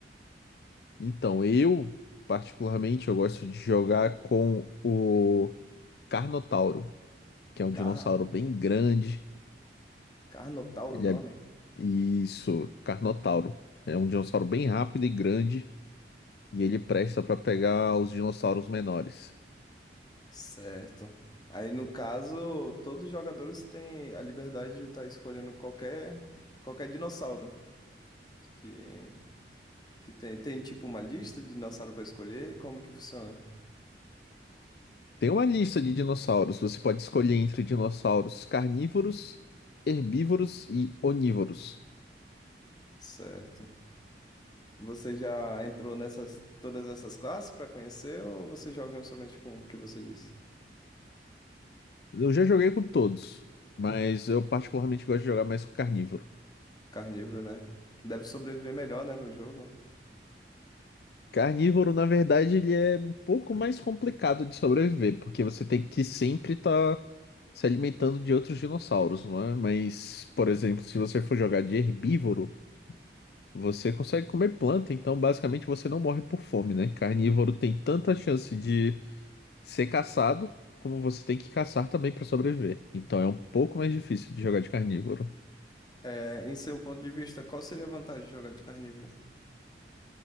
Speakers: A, on the left; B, on the left.
A: Então, eu, particularmente, eu gosto de jogar com o Carnotauro, que é um
B: Car...
A: dinossauro bem grande.
B: Carnotauro
A: Ele
B: o nome?
A: é... Isso, Carnotauro. É um dinossauro bem rápido e grande. E ele presta para pegar os dinossauros menores.
B: Certo. Aí, no caso, todos os jogadores têm a liberdade de estar escolhendo qualquer, qualquer dinossauro que, que tem. Tem, tipo, uma lista de dinossauro para escolher? Como que funciona?
A: Tem uma lista de dinossauros. Você pode escolher entre dinossauros carnívoros, herbívoros e onívoros.
B: Certo. Você já entrou nessas, todas essas classes para conhecer ou você joga somente com o que você disse?
A: Eu já joguei com todos, mas eu particularmente gosto de jogar mais com carnívoro.
B: Carnívoro, né? Deve sobreviver melhor, né, no jogo.
A: Carnívoro, na verdade, ele é um pouco
B: Uhum.
A: mais complicado de sobreviver, porque você tem que sempre estar se alimentando de outros dinossauros, não é? Mas, por exemplo, se você for jogar de herbívoro, Você consegue comer planta, então basicamente você não morre por fome, né? Carnívoro tem tanta chance de ser caçado, como você tem que caçar também para sobreviver. Então é um pouco mais difícil de jogar de carnívoro.
B: É, em seu ponto de vista, qual seria a vantagem de jogar de carnívoro?